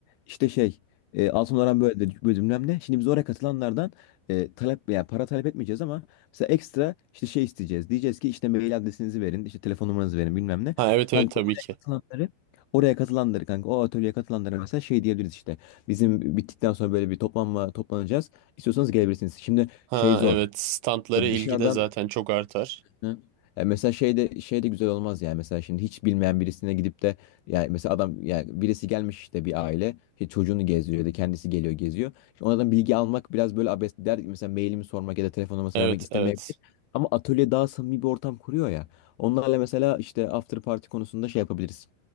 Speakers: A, on the left (about 85°); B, on the right (about 85°).
A: işte şey e, Altın Oran böyle de böyle bilmem ne. Şimdi biz oraya katılanlardan e, talep yani para talep etmeyeceğiz ama Mesela ekstra işte şey isteyeceğiz. Diyeceğiz ki işte mail adresinizi verin, işte telefon numaranızı verin bilmem ne.
B: Ha evet
A: Kanka
B: evet tabii
A: oraya
B: ki.
A: katılanları, oraya katılanları kanka o atölyeye katılanlara mesela şey diyebiliriz işte. Bizim bittikten sonra böyle bir toplanma toplanacağız. İstiyorsanız gelebilirsiniz. Şimdi
B: Ha
A: şey zor.
B: evet standlara
A: Ya
B: ilgi
A: Dışarıdan
B: de zaten çok artar.
A: Hı. Ya mesela şey de şey de güzel olmaz yani mesela şimdi hiç bilmeyen birisine gidip de yani mesela adam yani birisi gelmiş işte bir aile işte çocuğunu gezdiriyor ya da kendisi geliyor geziyor. Şimdi onlardan bilgi almak biraz böyle abes der mesela mailimi sormak ya da telefon numarasını
B: Evet
A: vermek istemeyebilir.
B: evet.
A: Ama atölye daha samimi bir ortam kuruyor ya. Onlarla mesela işte after party konusunda şey yapabiliriz.